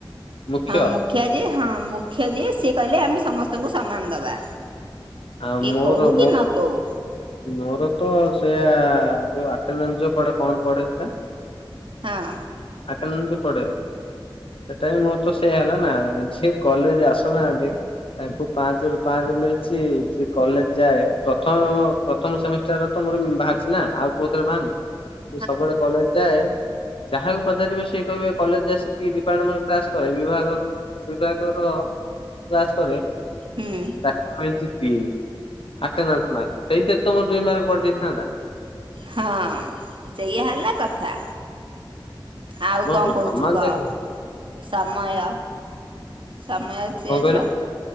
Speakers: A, on the left; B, on the right.
A: ମୁଖ୍ୟ
B: ହଁ ମୁଖିଆଜୀ ହଁ ମୁଖିଜୀ ସେ କହିଲେ ଆମେ ସମସ୍ତଙ୍କୁ ସମାନ ଦବା କି
A: ଆଉ ମୋର
B: କହୁ
A: ମୋ
B: କି ନ କହୁ।
A: ମୋର ତ ସେ ଯେଉ ଆଟେଣ୍ଡାନ୍ସ ଯେଉଁ ପଡ଼େ କଣ ପଡ଼େ ସେଇଟା?
B: ହଁ।
A: ଆଟଣନ୍ତି ପଡେ ସେଟା ବି ମୋର ତ ସେଇଆ ହେଲା ନା ଯିଏ କଲେଜ ଆସୁନାହାନ୍ତି ତାଙ୍କୁ ପାଞ୍ଚ ରୁ ପାଞ୍ଚ ମିଳିଛି ଯିଏ କଲେଜ ଯାଏ ପ୍ରଥମ ପ୍ରଥମ ସେମିଷ୍ଟାର ତ ମୋର ବାହାରି ନା ଆଉ କୋଉ ଥରେ ବାହନ୍ତିି
B: ହ
A: ସବୁବେଳେ କଲେଜ ଯାଏ ଯାହାକୁ ପଚାରିବେ ସିଏ କହିବେ କଲେଜ ଆସିକି ଡିପାର୍ଟମେଣ୍ଟ କ୍ଲାସ କରେ ବିଭାଗ ବିଭାଗର କ୍ଲାସ କରେ
B: ହୁଁ
A: ତାକୁ ମିଳିଛି ତିନି ଆଟନାସ୍ ମାର୍କ, ସେଇଥି ତମର ଦୁଇ ମାର୍କ ବଢ଼ି ଯାଇଥାନ୍ତା।
B: ହଁ ସେଇଆ ହେଲା କଥା। ଆଉ
A: ସମସ୍ତଙ୍କୁ
B: କଣ କହୁଛୁ
A: ସମାନ
B: କ
A: ଦେଖ କଣ
B: ସମୟ ସମୟ ସେସ
A: କହିଲ